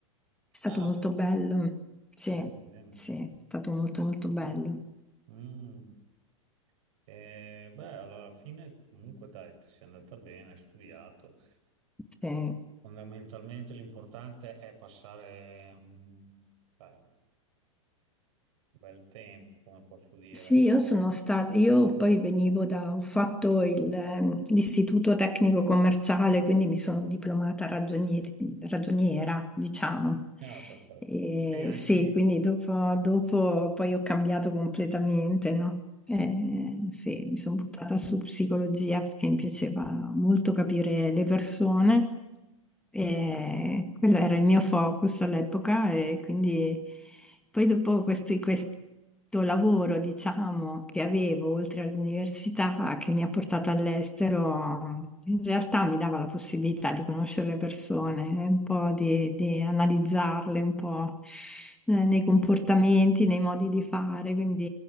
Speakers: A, in the centre; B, on the right (about 65°).
A: È stato
B: Ah,
A: molto bello, sì,
B: bene, bene.
A: sì, è stato molto molto bello.
B: bene. Mm. Eh, beh, alla fine comunque dai, ti sei andata bene, hai studiato.
A: Sì.
B: Fondamentalmente l'importante è passare mm, dai, un bel tempo, come posso dire.
A: Sì, io sono stata, io poi venivo da, ho fatto il, ehm, l'istituto tecnico commerciale, quindi mi sono diplomata ragionie- ragioniera, diciamo.
B: Ah, perfetto.
A: E
B: Sì, anche
A: sì,
B: io.
A: quindi dopo, dopo poi ho cambiato completamente, no? Eh, sì, mi sono buttata su psicologia perché mi piaceva molto capire le persone e quello era il mio focus all'epoca e quindi... Poi dopo questi- questo, lavoro, diciamo, che avevo oltre all'università, che mi ha portato all'estero, in realtà mi dava la possibilità di conoscere le persone, un po' di, di analizzarle un po' eh, nei comportamenti, nei modi di fare. Quindi